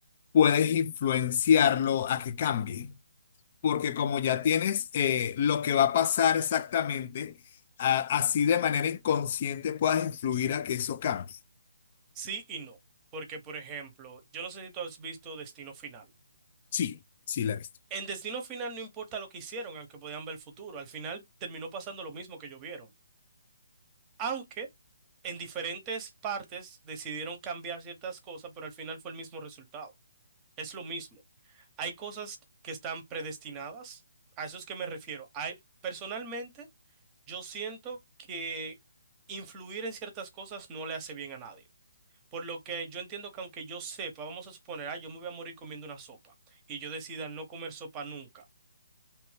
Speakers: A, on the left; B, on the right.
A: puedes influenciarlo a que cambie, porque como ya tienes eh, lo que va a pasar exactamente, a- así de manera inconsciente puedas influir a que eso cambie.
B: Sí y no, porque por ejemplo, yo no sé si tú has visto Destino Final.
A: Sí, sí la he visto.
B: En Destino Final no importa lo que hicieron, aunque podían ver el futuro, al final terminó pasando lo mismo que ellos vieron. Aunque en diferentes partes decidieron cambiar ciertas cosas, pero al final fue el mismo resultado. Es lo mismo. Hay cosas que están predestinadas, a eso es que me refiero. Hay, personalmente, yo siento que influir en ciertas cosas no le hace bien a nadie. Por lo que yo entiendo que aunque yo sepa, vamos a suponer, ah, yo me voy a morir comiendo una sopa y yo decida no comer sopa nunca,